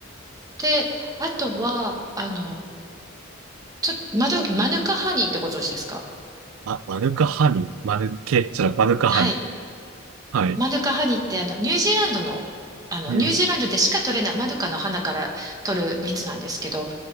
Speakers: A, on the right; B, on the right.
A: で、あとは、あの、ちょっと、マヌ、マヌカハニーってご存知ですか
B: ー、あ、マヌカハニー、マヌケっゃマヌカハニー。
A: はい。
B: はい、
A: マヌカハニーってあのニュージーランドの、あのニュージーランドでしか取れないマヌカの花から取る蜜なんですけど、
B: うん、